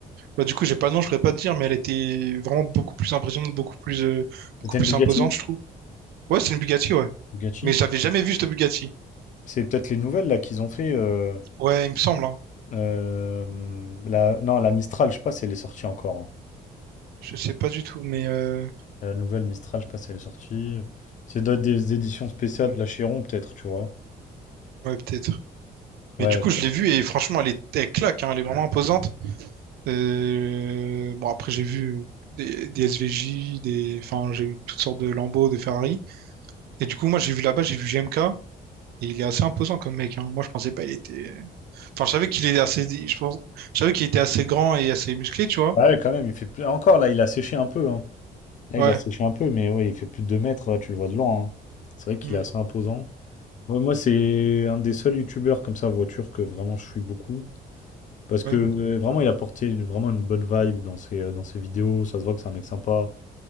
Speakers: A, on the right; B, on the left.
A: Bah, du coup, j'ai pas le nom, je pourrais pas te dire, mais elle était vraiment beaucoup plus impressionnante, beaucoup plus, euh, beaucoup
B: C'était
A: plus
B: une Bugatti?
A: imposante, je trouve. Ouais, c'est une Bugatti, ouais.
B: Bugatti?
A: Mais j'avais jamais vu cette Bugatti.
B: C'est peut-être les nouvelles là qu'ils ont fait. euh,
A: Ouais, il me semble, hein.
B: euh, la, non, la Mistral, je sais pas si elle est sortie encore. hein.
A: Je sais pas du tout, mais euh,
B: La nouvelle Mistral, je sais pas si elle est sortie. C'est doit être des éditions spéciales de la Chiron, peut-être, tu vois.
A: ouais, peut-être.
B: Ouais,
A: Mais du coup, je l'ai vue et franchement, elle est, elle claque, hein, elle est vraiment imposante. Euh, Bon, après, j'ai vu des, des SVJ, des, enfin, j'ai vu toutes sortes de Lambo, de Ferrari. Et du coup, moi, j'ai vu là-bas, j'ai vu GMK. Et il est assez imposant comme mec, hein. Moi, je pensais pas, il était. Enfin, je savais qu'il est assez, je pense, je savais qu'il était assez grand et assez musclé, tu vois.
B: Bah ouais, quand même, il fait plus. Encore là, il a séché un peu. hein. Là,
A: Ouais,
B: il a séché un peu, mais ouais, il fait plus de 2 mètres, ouais, tu le vois de loin. hein. C'est vrai qu'il
A: mm,
B: est assez imposant. Ouais, moi, c'est un des seuls youtubeurs comme ça, voiture, que vraiment je suis beaucoup. Parce que
A: ouais,
B: euh, vraiment, il a porté une- vraiment une bonne vibe dans ses, euh, dans ses vidéos. Ça se voit que c'est un mec sympa.